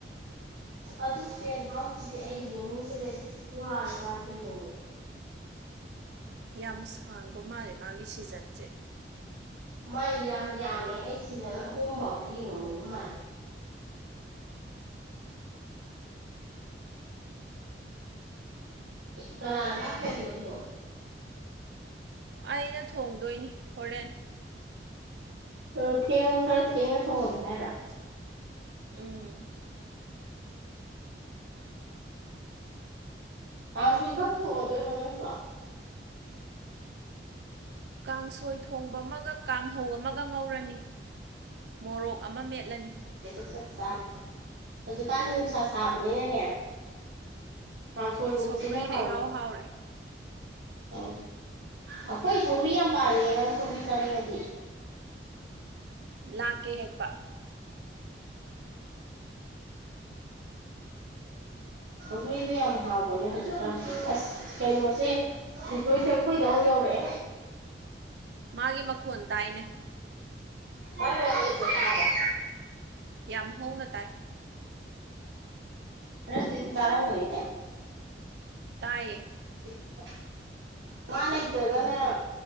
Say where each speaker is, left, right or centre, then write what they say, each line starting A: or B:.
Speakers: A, on the right (about 85°); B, on the right (about 70°).
A: ꯑꯗꯨ ꯀꯦꯟ ꯍꯥꯎꯈꯤꯗꯤ ꯑꯩ ꯌꯦꯡꯅꯤꯡꯗ꯭ꯔꯦ ꯋꯥꯔꯒꯇ ꯌꯦꯡꯉꯨ
B: ꯌꯥꯝ ꯁꯥꯡꯕ ꯃꯥꯜꯂꯦ ꯃꯥꯒꯤ ꯁꯤꯖꯟꯁꯦ
A: ꯃꯥꯏ ꯌꯥꯝ ꯌꯥꯝꯃꯦ ꯑꯩ ꯁꯤꯗꯅ ꯑꯍꯨꯝꯐꯥꯎꯛꯇ ꯌꯦꯡꯉꯨꯅꯨꯕ ꯃꯥꯏ ꯀꯂꯔꯅ ꯀꯔꯤ ꯑꯣꯏꯔꯤꯅꯣ
B: ꯑꯩꯅ ꯊꯣꯡꯗꯣꯏꯅꯤ ꯍꯣꯔꯦꯟ
A: ꯑꯣ ꯊꯦꯡꯉ ꯈꯔ ꯊꯦꯡꯉ ꯊꯣꯡꯉꯒꯦ ꯍꯥꯏꯔ꯭ꯔꯥ
B: ꯎꯝ
A: ꯀꯥꯡ ꯁꯣꯏꯈꯥꯛ ꯊꯣꯗꯅꯁꯨꯣ
B: ꯀꯥꯡꯁꯣꯏ ꯊꯣꯡꯕ ꯑꯃꯒ ꯀꯥꯡꯍꯧ ꯑꯃꯒ ꯉꯧꯔꯅꯤ ꯃꯣꯔꯣꯛ ꯑꯃ ꯃꯦꯠꯂꯅꯤ
A: ꯆ ꯆꯥ ꯍꯧꯖꯤꯛꯀꯥꯟꯗꯤ ꯅꯨꯡꯁꯥ ꯁꯥꯕꯅꯤꯅꯅꯦ ꯀꯥꯡꯁꯣꯜꯒꯨꯝꯕꯁꯤꯅ
B: ꯁꯧꯒ꯭ꯔꯤꯅ
A: ꯍꯥꯎꯋꯤ
B: ꯏꯍꯥꯎ ꯍꯥꯎꯔꯦ
A: ꯑ ꯑꯩꯈꯣꯏ ꯁꯧ꯭ꯔꯤ ꯌꯥꯝ ꯄꯥꯜꯂꯑꯦ ꯅꯪ ꯁꯧ꯭ꯔꯤ ꯆꯥꯅꯤꯡꯉꯗꯤ
B: ꯂꯥꯛꯀꯦ ꯍꯦꯛꯄ
A: ꯁꯒꯔꯤꯗꯣ ꯌꯥꯝ ꯍꯥꯎꯕꯅꯦ ꯍꯧꯖꯤꯛꯀꯥꯟ ꯑꯁ ꯀꯩꯅꯣꯁꯦ ꯍꯤꯡꯈ꯭ꯔꯣꯏꯁꯦ ꯑꯩꯈꯣꯏꯗ ꯑꯃꯨꯛ ꯌꯧꯔꯛꯑꯦ
B: ꯃꯥꯒꯤ ꯃꯈꯣꯟ ꯇꯥꯏꯅꯦ
A: ꯇꯔ
B: ꯌꯥꯝ ꯍꯎꯅ ꯇꯥꯏ
A: ꯔꯗꯤ ꯑꯗꯨꯝ ꯇꯥꯔꯅꯤꯅꯦ
B: ꯇꯥꯏꯌꯦ
A: <unintelligible> ꯃꯥ ꯂꯩꯇ꯭ꯔꯒꯅ